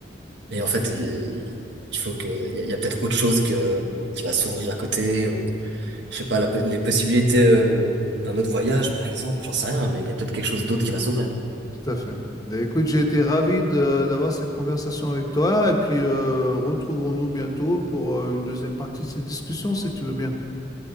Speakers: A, on the right; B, on the left.
A: mais en fait, il, il faut que il y a, il y a peut-être autre chose que qui va s'ouvrir à côté. je sais pas, la po- les possibilités euh, d'un autre voyage, par exemple, j'en sais rien, mais il y a peut-être quelque chose d'autre qui va s'ouvrir.
B: Tout à fait. Mais écoute, j'ai été ravi de- d'avoir cette conversation avec toi et puis euh, retrouvons-nous bientôt pour euh, une deuxième partie de cette discussion, si tu veux bien.